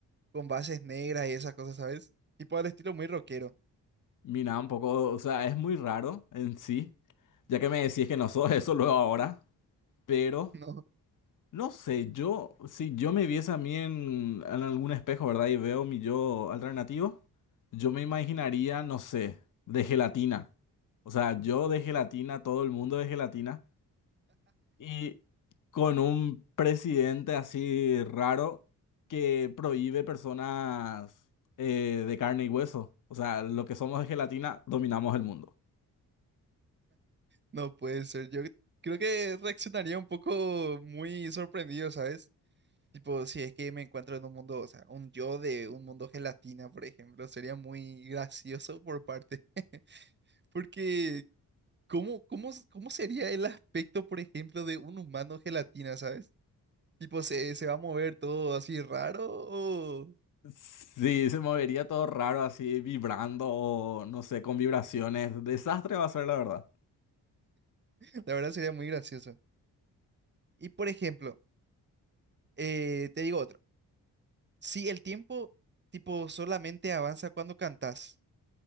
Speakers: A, on the right (about 25°); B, on the left (about 50°).
A: con bases negras y esas cosas, ¿sabes? Tipo al estilo muy rockero.
B: Mira, un poco, o sea, es muy raro en sí, ya que me decís que no sos eso luego ahora, pero
A: <laughs> No,
B: no sé, yo, si yo me viese a mí en, en algún espejo, ¿verdad? Y veo mi yo alternativo, yo me imaginaría, no sé, de gelatina. O sea, yo de gelatina, todo el mundo de gelatina. Y con un presidente así raro que prohíbe personas eh, de carne y hueso. O sea, lo que somos de gelatina, dominamos el mundo.
A: no puede ser. Yo creo que reaccionaría un poco muy sorprendido, ¿sabes? Tipo, si es que me encuentro en un mundo, o sea, un yo de un mundo gelatina, por ejemplo, sería muy gracioso por parte, <laughs> porque ¿cómo, cómo, s- cómo sería el aspecto, por ejemplo, de un humano gelatina, ¿sabes? Tipo, ¿se, se va a mover todo así raro? o-
B: Sí, se movería todo raro así, vibrando o no sé, con vibraciones. Desastre va a ser, la verdad.
A: <laughs> La verdad sería muy gracioso. Y, por ejemplo, eh, te digo otro. Si el tiempo, tipo, solamente avanza cuando cantas,